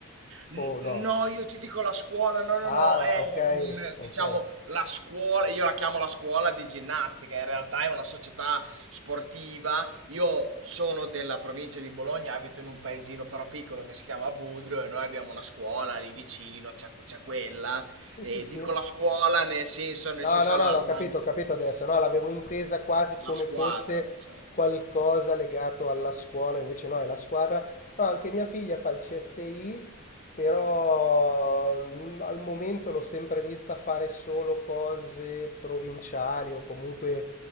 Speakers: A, on the right; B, on the left.
A: N
B: O no?
A: no, io ti dico la scuola, no, no,
B: Ah,
A: no, è
B: ok,
A: un, diciamo,
B: ok.
A: la scuola, io la chiamo la scuola di ginnastica, in realtà è una società sportiva. Io sono della provincia di Bologna, abito in un paesino però piccolo che si chiama Budrio e noi abbiamo una scuola lì vicino, c'è c'è quella.
B: Sì,
A: E
B: sì, sì.
A: dico la scuola nel senso, nel
B: No,
A: senso
B: no, no,
A: la,
B: l'ho
A: la
B: capito, ho capito adesso. No, l'avevo intesa quasi
A: la
B: come
A: squadra,
B: fosse
A: diciamo.
B: qualcosa legato alla scuola, invece no, è la squadra. No, anche mia figlia fa il CSI, però mm, al momento l'ho sempre vista fare solo cose provinciali o comunque